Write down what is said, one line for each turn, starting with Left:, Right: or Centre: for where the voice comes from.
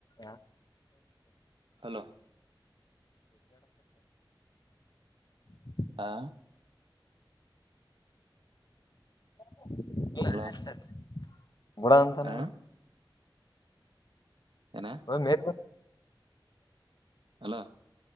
Left: ಯ
Right: ಹಲೋ
Left: <inaudible>
Right: ಹಾ
Left: <inaudible>
Right: ಹಲೋ
Left: ಬುಡ ಅಂತನ
Right: ಹ ಏನ
Left: ಹ ಮೇ
Right: ಅಲೋ